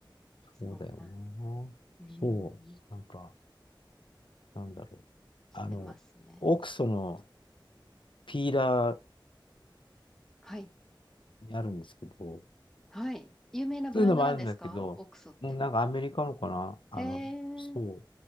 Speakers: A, in the centre; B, on the left.
A: そんな、
B: そうだよな。
A: うーん。
B: そう。なんか、なんだろう。
A: してますね。
B: あの、オクソのピーラー
A: はい。
B: にあるんですけど、
A: はい。有名なブランドなんですかオークソって。
B: 普通のもあるんだけど、うん、なんかアメリカのかな。あの、
A: へえ。
B: そ
A: うん